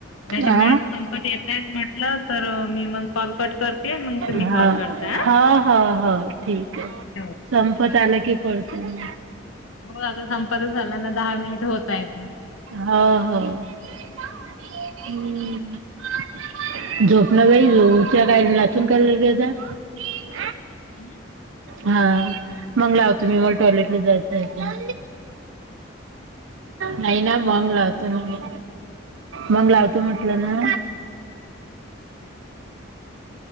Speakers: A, on the left; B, on the right.
A: माझी
B: आ?
A: मेट संपत येतायेत म्हटलं तर मी मग कॉल कट करते मग तुम्ही
B: हा
A: कॉल करता
B: हा हा हा ठीक आहे.
A: हां
B: संपत आल कीे कॉल पण.
A: होय आता संपतच आला ना दहा मिनिट होत आहेत ना
B: हा ह <inaudible> हम्म. <unintelligible>
A: <inaudible>
B: हा मंग लाव तुम्ही
A: काय
B: मला
A: म्हटलं
B: टॉयलेटला जायचं आता. नाही ना मंग लावते ना मी. मग लावतो म्हटलं ना.